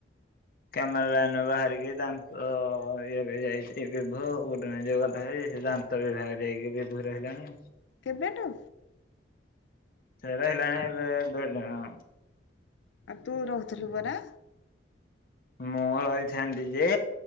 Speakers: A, on the left (about 50°); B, on the left (about 70°).
A: କ୍ୟମରା ‌ଲାଇନରୁ ବାହାରିକି ତାନ୍ତ ସେ ପା କୁଆଡେ ଯାଇଛି ବିଭୁ ଗୋଟ ନାଇଁ ଯୋଉ ଗଲାହେରି ସେ ଦାନ୍ତ ବିଭାଗରେ ଯାଇକି ବିଭୁ ରହିଲାଣି।
B: କେବେଠୁ?
A: ସେରା ହେଲାଣି‌ ଏଵେ ଏବେ ନୁହଁ।
B: ଆଉ ତୁ ରହୁଥିଲୁ ପରା?
A: ମୁଁ ରହିଥାନ୍ତି ଯେ